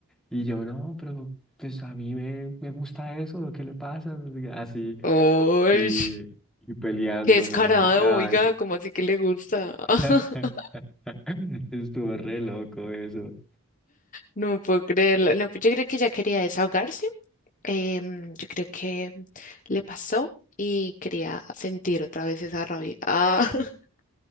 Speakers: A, in the centre; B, on the left.
A: Y yo, no, pero pues a mí me, me gusta eso, ¿qué le pasa? No sé qué, Así,
B: Ay,
A: y, y peleándome.
B: qué descarado,
A: Nada,
B: oiga,
A: es.
B: ¿cómo así que le gusta?
A: <laughs>
B: <laughs>
A: <laughs> Estuvo re loco eso.
B: No puedo creerlo. No, pues yo creo que ella quería desahogarse. Em, yo creo que le pasó y quería sentir otra vez esa rabia. Ah, <laughs>